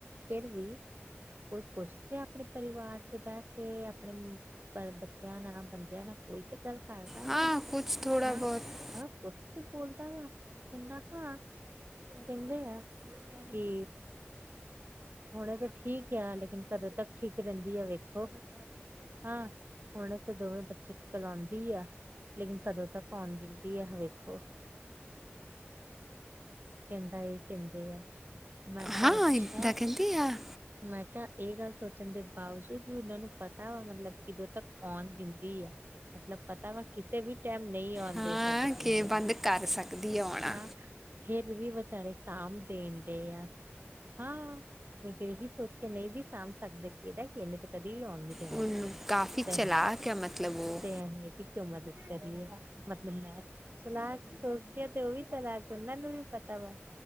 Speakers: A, on the right (about 50°); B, in the centre.
A: ਫੇਰ ਵੀ ਕੋਈ ਪੁੱਛ ਤੇ ਆਪਣੇ ਪਰਿਵਾਰ ਬਹਿ ਕੇ ਆਪਣੇ ਬੱਚਿਆਂ ਨਾਲ ਬੰਦਿਆਂ ਨਾਲ ਕੋਈ ਤੇ ਉਹ ਕਰਦਾਂ
B: ਹਾਂ
A: ਵਾ
B: ਕੁਝ ਥੋੜਾ
A: ਹਾਂ
B: ਬਹੁਤ
A: -ਹਾਂ ਕੁਛ ਵੀ ਬੋਲਦਾ ਵਾ ਮੈਖਾ ਕਹਿੰਦੇ ਆ ਕੀ ਹੁਣੇ ਤਾਂ ਠੀਕ ਆ ਲੇਕਿਨ ਕਦੋਂ ਤੱਕ ਠੀਕ ਰਹਿੰਦੀ ਆ ਵੇਖੋ। ਹਾਂ, ਹੁਣੇ ਤੇ ਦੋਵੇਂ ਬੱਚੇ ਕੋਲ ਆਉਂਦੀ ਆ। ਲੇਕਿਨ ਕਦੋਂ ਤੱਕ ਆਉਣ ਦਿੰਦੀ ਆ ਵੇਖੋ। ਕਹਿੰਦਾ ਏ ਕਹਿੰਦੇ ਆ। ਮੈਂ ਕਿਹਾ
B: ਹਾਂ
A: ਅੱਛਾ
B: ਇਦਾਂ ਕਹਿੰਦੀ ਆ
A: ਮੈਂ ਕਿਹਾ ਇਹ ਗੱਲ ਸ ਖਣ ਦੇ ਬਾਵਜੂਦ ਵੀ ਉਹਨਾਂ ਨੂੰ ਪਤਾ ਵਾ ਮਤਲਬ ਕਿਦੋਂ ਤੱਕ ਆਉਣ ਦਿੰਦੀ ਆ। ਮਤਲਬ ਪਤਾ ਵਾ ਕਿਸੇ ਵੀ ਟਾਈਮ ਨਹੀਂ ਆਉਣ
B: ਹਾਂ
A: ਦੇ ਸਕਦੀ
B: ਕਿ
A: ਹੈ
B: ਬੰਦ ਕਰ ਸਕਦੀ ਹੈ ਆਉਣਾ
A: ਹਾਂ। ਫਿਰ ਵੀ ਵਿਚਾਰੇ ਸਾਂਭ ਦੇਣ ਡੇ ਆ ਹਾਂ। ਮੈ ਤੇ ਉਹੀ ਸੋਚ ਕੇ ਨਈ ਵੀ ਸਾਂਭ ਸਕਦੇ ਇਹਦਾ ਕਿ ਇਹਨੇ ਤੇ ਕਦੇ ਵੀ ਆਉਣ ਨ ਤੇ
B: ਉਹਨੂੰ ਕਾਫੀ
A: ਹੀ
B: ਚਲਾਕ ਹੈ ਮਤਲਬ ਉਹ
A: ਤੇ ਆਹੀ ਇਹਦੀ ਕਿ ਮਦਦ ਕਰੀਏ ਮਤਲਬ ਮੈਂ ਸਲਾਹ ਸੋਚਦੀ ਆ ਤੇ ਉਹ ਵੀ ਚਲਾਕ ਹਨ ਨਾ ਨੂੰ ਵੀ ਪਤਾ ਵਾ